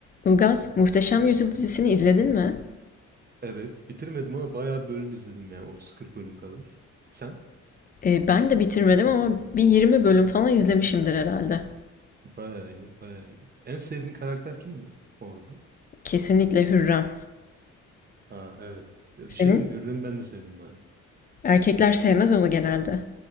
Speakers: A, on the left; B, on the right.
A: Ilgaz, Muhteşem Yüzyıl dizisini izledin mi?
B: Evet, bitirmedim ama bayağı bölüm izledim yani 30-40 bölüm kadar. Sen?
A: E, ben de bitirmedim ama bir 20 bölüm falan izlemişimdir herhalde.
B: Bayağı iyi, bayağı iyi. En sevdiğin karakter kimdi orada?
A: Kesinlikle Hürrem.
B: Ha evet. Ya
A: Senin?
B: Bir şey diyeyim, mi? Hürrem'i ben de sevdim bayağı.
A: Erkekler sevmez onu genelde.